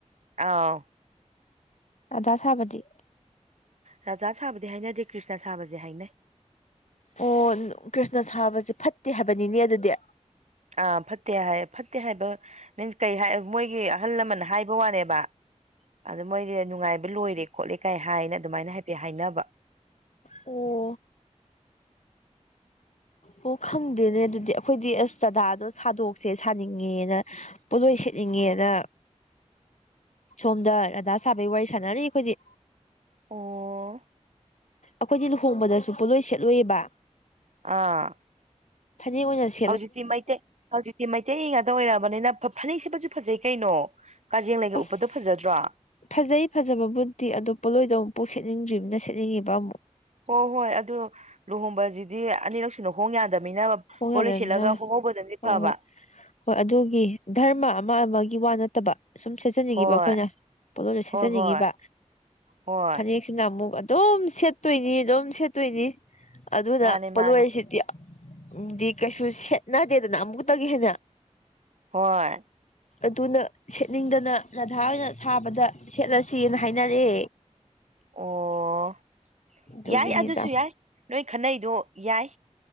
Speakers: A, on the right (about 70°); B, on the left (about 70°).
A: ꯑꯥꯎ
B: ꯔꯙ ꯁꯥꯕꯈꯤ
A: ꯔꯙ ꯁꯥꯕꯗꯤ ꯍꯥꯏꯅꯗꯦ ꯀ꯭ꯔꯤꯁꯅ ꯁꯥꯕꯁꯦ ꯍꯥꯏꯅꯩ
B: ꯑꯣ ꯀ꯭ꯔꯤꯁꯅ ꯁꯥꯕꯁꯦ ꯐꯠꯇꯦ ꯍꯥꯏꯕꯅꯤꯅꯦ ꯑꯗꯨꯗꯤ
A: ꯑꯥ ꯐꯠꯇꯦ ꯍꯥꯏ ꯐꯠꯇꯦ ꯍꯥꯏꯕ ꯃꯤꯟꯁ ꯀꯩ ꯍꯥꯏ ꯃꯣꯏꯒꯤ ꯑꯍꯜ ꯂꯃꯟ ꯍꯥꯏꯕ ꯋꯥꯅꯦꯕ ꯑꯗꯨ ꯃꯣꯏꯗꯤ ꯅꯨꯡꯉꯥꯏꯕ ꯂꯣꯏꯔꯦ ꯈꯣꯠꯂꯦ ꯀꯥꯏ ꯍꯥꯏꯅ ꯑꯗꯨꯃꯥꯏꯅ ꯍꯥꯏꯐꯦꯠ ꯍꯥꯏꯅꯕ
B: ꯑꯣ ꯑꯣ ꯈꯪꯗꯦꯅꯦ ꯑꯗꯨꯗꯤ ꯑꯩꯈꯣꯏꯗꯤ ꯑꯁ ꯆꯥꯗꯥꯗꯣ ꯁꯥꯗꯣꯛ ꯁꯦ ꯁꯥꯅꯤꯡꯉꯦꯅ ꯄꯣꯠꯂꯣꯏ ꯁꯦꯠꯅꯤꯡꯉꯦꯅ ꯁꯣꯝꯗ ꯔꯙꯥ ꯁꯥꯕꯒꯤ ꯋꯥꯔꯤ ꯁꯥꯟꯅꯔꯤ ꯑꯩꯈꯣꯏꯖꯤ
A: ꯑꯣ
B: ꯑꯩꯈꯣꯏꯗꯤ ꯂꯨꯍꯣꯡꯕꯗꯁꯨ ꯄꯣꯠꯂꯣꯏ ꯁꯦꯠꯂꯣꯏꯑꯕ
A: ꯑꯥ
B: ꯐꯅꯦꯛ ꯑꯣꯏꯅ ꯁꯦ
A: ꯍꯧꯖꯤꯛꯇꯤ ꯃꯩꯇꯩ ꯍꯧꯖꯤꯛꯇꯤ ꯃꯩꯇꯩꯉꯛꯇ ꯑꯣꯏꯑꯔꯕꯅꯤꯅ ꯐꯅꯦꯛꯁꯤꯦ ꯐꯁꯨ ꯐꯖꯩ ꯀꯩꯅꯣ ꯀꯥꯖꯦꯡ ꯂꯩꯒ
B: ꯑꯁ
A: ꯎꯞꯄꯇꯣ ꯐꯖꯗ꯭ꯔꯣ
B: ꯐꯖꯩ ꯐꯖꯕꯕꯨꯗꯤ ꯑꯇꯣ ꯄꯣꯂꯣꯏꯗꯣ ꯑꯃꯨꯛ ꯄꯥꯎ ꯁꯦꯠꯅꯤꯡꯗ꯭ꯔꯤꯕꯝꯅ ꯁꯦꯠꯅꯤꯡꯉꯤꯕ ꯑꯃꯨꯛ
A: ꯍꯣꯏ ꯍꯣꯏ ꯑꯗꯨ ꯂꯨꯍꯣꯡꯕꯁꯤꯗꯤ ꯑꯅꯤꯔꯛ ꯁꯅꯨ ꯍꯣꯡ ꯌꯥꯗꯕꯃꯤꯅ
B: ꯍꯣꯡ
A: ꯄꯣꯠꯂꯣꯏ
B: ꯌꯥꯗꯕꯅꯤꯅ
A: ꯁꯦꯠꯂꯒ ꯍꯣꯡꯍꯧꯕꯅꯗꯤ
B: ꯍꯣꯏ
A: ꯐꯕ
B: ꯍꯣꯏ ꯍꯣꯏ ꯑꯗꯨꯒꯤ ꯙꯔꯃ ꯑꯃ ꯑꯃꯒꯤ ꯋꯥ ꯅꯠꯇꯕ ꯁꯨꯝ ꯁꯦꯠꯆꯅꯤꯡꯉꯤꯕ
A: ꯍꯣꯏ
B: ꯑꯩꯈꯣꯏꯅ ꯄꯣꯠꯂꯣꯁ ꯁꯦꯠꯆꯅꯤꯡꯉꯤꯕ
A: ꯍꯣꯏ ꯍꯣꯏ ꯍꯣꯏ
B: ꯐꯅꯦꯛ ꯁꯤꯅ ꯑꯃꯨꯛ ꯑꯗꯨꯝ ꯁꯦꯠꯇꯣꯏꯅꯤ ꯑꯗꯨꯝ ꯁꯦꯠꯇꯣꯏꯅꯤ ꯑꯗꯨꯅ
A: ꯃꯥꯅꯦ
B: ꯄꯣꯠꯂꯣꯏꯁꯤꯗꯤ
A: ꯃꯥꯅꯦ
B: ꯎꯗꯤ ꯀꯩꯁꯨ ꯁꯦꯠꯅꯗꯦꯗꯅ ꯑꯃꯨꯛꯇꯒꯤ ꯍꯦꯟꯅ
A: ꯍꯣꯏ
B: ꯑꯗꯨꯅ ꯁꯦꯠꯅꯤꯡꯗꯅ ꯔꯙꯥ ꯑꯣꯏꯅ ꯁꯥꯕꯗ ꯁꯦꯠꯂꯁꯤꯦꯅ ꯍꯥꯏꯅꯔꯦ
A: ꯑꯣ
B: ꯑꯗꯨꯒꯤꯅꯤꯗ
A: ꯌꯥꯏ ꯑꯗꯨꯁꯨ ꯌꯥꯏ ꯅꯣꯏ ꯈꯟꯅꯩꯗꯣ ꯌꯥꯏ